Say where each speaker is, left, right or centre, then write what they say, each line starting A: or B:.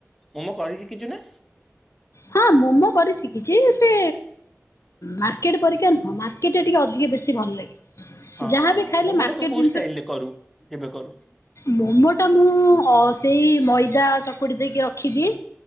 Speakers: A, in the centre; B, on the left.
A: ମୋମୋ କରି ଶିକିଛୁନା?
B: ହଁ, ମୋମୋ କରି ଶିଖିଛି-ଇ, ଏତେ ମାର୍କେଟ ପରିକା ନୁ ହଁ, ମାର୍କେଟ ଟା ଟିକେ ଅଧିକ ବେଶୀ ଭଲ ଲାଗେ।
A: ହଁ
B: ଯାହାବି ଖାଇଲେ
A: ମୋମୋ
B: ମାର୍କେଟ
A: ଟା ତୁ କୋଉ
B: ଜିନିଷ,
A: ଷ୍ଟାଇଲ ରେ କରୁ? କେବେ କରୁ
B: ମୋ ମୋମୋ ତ ମୁଁ ଅ ସେଇ ମଇଦା ଚକୁଡ଼ି ଦେଇିକି ରଖିଦିଏ।